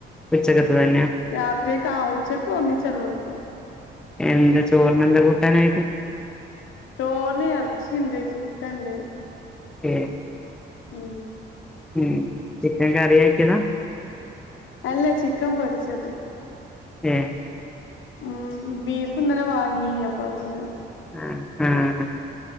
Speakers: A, in the centre; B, on the left.
A: ഉച്ചക്കത്തത് തന്നാ
B: രാത്രിയെക്ക ആവും ഉച്ചക്ക് ഒന്നിച്ചത് വെക്കും
A: എന്താ ചോറിനെന്താ കൂട്ടാനായിട്ട്?
B: ചോറിന് എറച്ചീ ണ്ട് ചിക്കണ്ട്
A: ഏഹ്
B: ഉം
A: ഉം ചിക്കൻ കറിയാക്കിയതാ?
B: അല്ല ചിക്കൻ പൊരിച്ചത്
A: ഏഹ്
B: ഉം ബീഫ് ഇന്നലെ വാങ്ങീന് അപ്പൊ അത്ണ്ട്
A: ആ ആഹ്